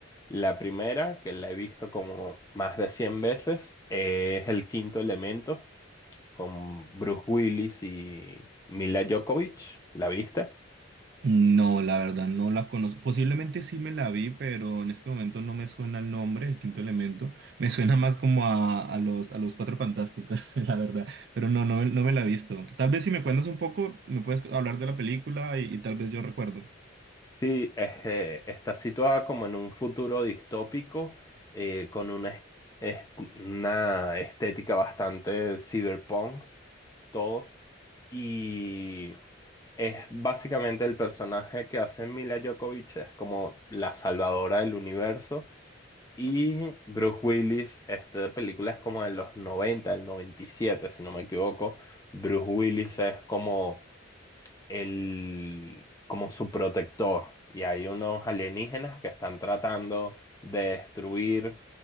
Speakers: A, on the left (about 15°); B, on the right (about 55°).
A: La primera, que la he visto como más de 100 veces, es El Quinto Elemento, con Bruce Willis y Mila Djokovic. ¿La viste?
B: No, la verdad no la conozco. Posiblemente sí me la vi, pero en este momento no me suena el nombre, el quinto elemento. Me suena más como a, a los, a los Cuatro Fantásticos, <laughs> la verdad. Pero no, no, no me la he visto. Tal vez si me cuentas un poco, me puedes hablar de la película y, y tal vez yo recuerdo.
A: Sí, es, eh, está situada como en un futuro distópico, eh, con una, est- est- una estética bastante cyberpunk, todo. Y Es básicamente el personaje que hace Mila Djokovic, es como la salvadora del universo. Y Bruce Willis, esta película es como de los noventa el 97 si no me equivoco. Bruce Willis es como el, como su protector. Y hay unos alienígenas que están tratando de destruir